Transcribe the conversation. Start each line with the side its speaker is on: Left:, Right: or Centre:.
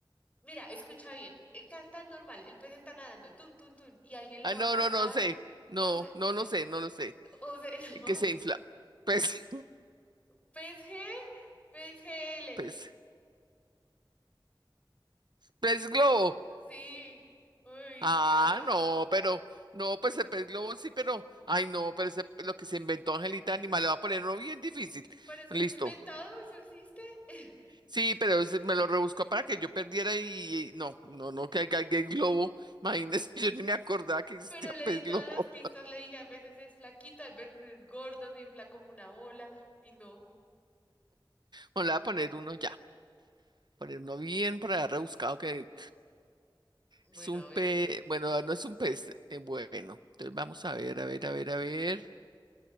Left: Mira, escucha bien. El que está normal, el pez está nadando, tun, tun, tun, y alguien lo
Right: Ah,
Left: va
Right: no,
Left: a atacar
Right: no, no sé. No,
Left: o se,
Right: no, no
Left: eh,
Right: sé, no lo sé.
Left: o se <laughs> enoja
Right: El Que se infla. Pez.
Left: P P S S G P S G L
Right: <laughs> Pez. Pez globo.
Left: Sí. Uy,
Right: Ah,
Left: Dios.
Right: no, pero, no, pues el pez globo sí, pero, ay, no, pero ese- lo que se inventó Angelita Anima le va a poner uno bien difícil.
Left: Pero eso
Right: Listo.
Left: no es inventado, eso existe. <laughs>
Right: Sí, pero ese me lo rebuscó para que yo perdiera y, y no, no, no, que haya el globo. Imagínese, <laughs> yo ni me acordaba que existía
Left: Pero le
Right: pez
Left: di todas
Right: globo.
Left: las pistas, le dije, a veces es flaquita, a veces es gorda, se infla como una bola, y no.
Right: Bueno, le voy a poner uno ya, poner uno bien por allá rebuscado que
Left: Bueno,
Right: es un pez,
Left: a ver.
Right: bueno, no es un pez, eh, bueno. Entonces vamos a ver, a ver, a ver, a ver.